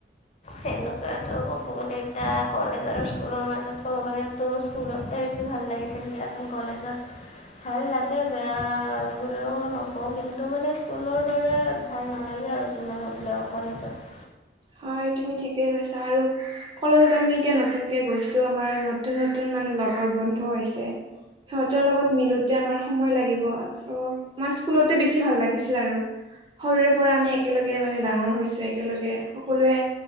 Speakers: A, on the left; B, on the right.
A: সেনেকুৱাতো ক'ব গ'লে এতিয়া কলেজ আৰু স্কুলৰ মাজত ক'ব গ'লে ত স্কুলতে বেছি ভাল লাগিছিল দিয়াচোন কলেজত ভাল লাগে বেয়া লাগে বুলিও নকওঁ কিন্তু মানে স্কুলৰ দৰে ভাল নালাগে আৰু যিমান হ'লেও কলেজত।
B: হয় তুমি ঠিকেই কৈছা আৰু কলেজত আমি এতিয়া নতুনকে গৈছো আমাৰ নতুন নতুন মানে লগৰ বন্ধু হৈছে সিহঁতৰ লগত মিলোতে আমাৰ সময় লাগিব চ' তোমাৰ স্কুলতে বেছি ভাল লাগিছিল আৰু সৰুৰে পৰা আমি একেলগে মানে ডাঙৰ হৈছো একেলগে সকলোৱে